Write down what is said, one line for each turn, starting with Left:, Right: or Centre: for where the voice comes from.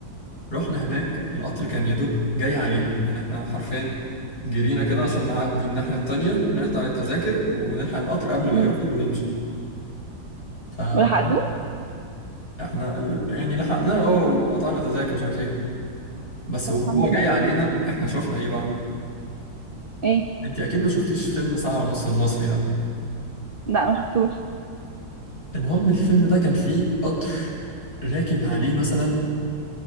Left: رحنا هناك القطر كان يا دوب جاي علينا يعني احنا حرفيا جرينا كده عشان نعدي الناحية التانية نقطع التذاكر ونلحق القطر قبل ما
Right: امم
Left: يوصل ويمشي فاحنا
Right: ولحقتوه
Left: ال- يعني لحقناه اه وقطعنا تذاكر مش عارف ايه بس
Right: طب
Left: وهو
Right: الحمد
Left: جاي
Right: لله
Left: علينا احنا شفنا ايه بقى
Right: ايه
Left: انت اكيد ما شفتيش فيلم ساعة ونص المصري ده
Right: لا ما شفتوش
Left: المهم الفيلم ده كان فيه قطر راكب عليه مثلا